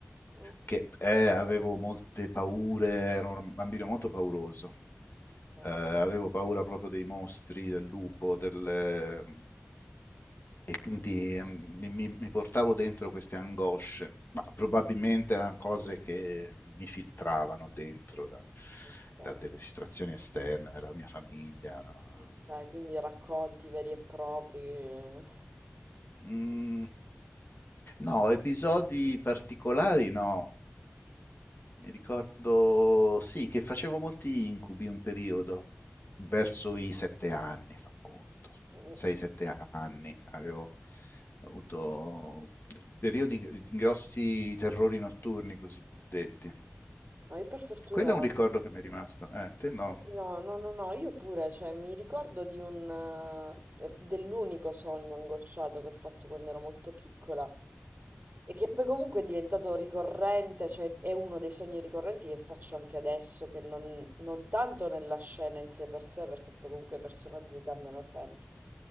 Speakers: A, on the right (about 45°); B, on the left (about 55°).
A: Mm,
B: che, eh, avevo molte paure, ero un bambino molto pauroso.
A: Ok,
B: Eh, avevo paura proprio dei mostri, del lupo, del... e quindi eh, mi, mi- mi portavo dentro queste angosce, ma probabilmente erano cose che mi filtravano dentro da,
A: ok,
B: da delle situazioni esterne, dalla mia famiglia. no?
A: ok, quindi racconti veri e propri. eh.
B: Mm, no, episodi particolari no. Mi ricordo, sì, che facevo molti incubi un periodo, verso i sette anni, fa conto.
A: Mm,
B: 6-7 anni avevo avuto periodi di grossi terrori notturni cosiddetti.
A: Ma io per fortuna...
B: Quello è un ricordo che mi è rimasto. Eh, te no.
A: No, no, no, no, io pure, cioè mi ricordo di un... eh, dell'unico sogno angosciato che ho fatto quando ero molto piccola. E che poi comunque è diventato ricorrente, cioè è uno dei sogni ricorrenti che faccio anche adesso, che non, non tanto nella scena in sé per sé, perché poi comunque i personaggi cambiano sempre.